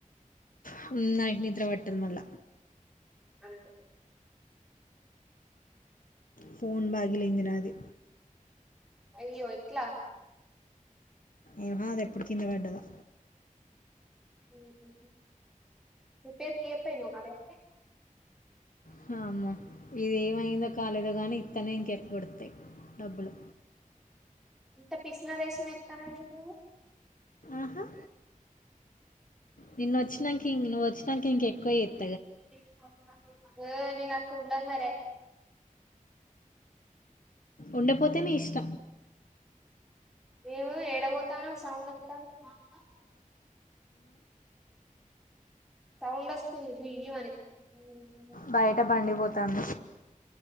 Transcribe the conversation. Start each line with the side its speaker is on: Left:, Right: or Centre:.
Left: హ్మ్ నైట్ నిద్రపట్టద్ మల్ల.
Centre: అంతె.
Left: ఫోన్ బాగిలింది నాది.
Centre: అయ్యొ ఎట్ల.
Left: ఏమో అదెప్పుడ్ కిందవడ్డదో.
Centre: <unintelligible> రేపేర్కియ్యక్పోయ్నవ్ మరె.
Left: హా అమ్మొ ఇదేమైందొ కాలేదో గానీ ఇత్తనే ఇంకెక్వొడుత్తయ్. డబ్బులు.
Centre: ఇంత పిస్నారేష్నమేత్తాన్నవేంట్ నువ్వు.
Left: హ. నిన్నొచ్చినంకింగ్ నువ్వొచ్చినంకెక్వజెత్
Centre: టె క్కాఫ్ అ యో నేనట్లుండన్మరె.
Left: ఉండపొతే నీ ఇష్ట
Centre: ఏమో ఏడబోతాన్నవ్ సౌండొత్తాంద్ బాగ సౌండొస్తుంది గుయ్యుమని ఉమ్.
Left: బైట బండిపోతాంది.